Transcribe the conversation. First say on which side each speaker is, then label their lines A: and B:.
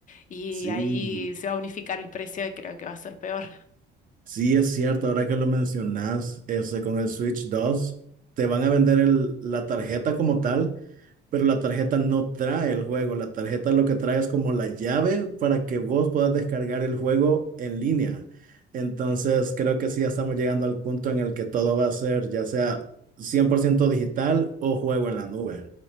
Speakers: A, on the left; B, on the right.
A: y
B: Sí.
A: ahí se va a unificar el precio y creo que va a ser peor.
B: Sí, es cierto, ahora que lo mencionas, ese con el Switch dos te van a vender el- la tarjeta como tal, pero la tarjeta no trae el juego, la tarjeta lo que trae es como la llave para que vos puedas descargar el juego en línea. Entonces, creo que sí, ya estamos llegando al punto en el que todo va a ser ya sea 100% digital o juego en la nube.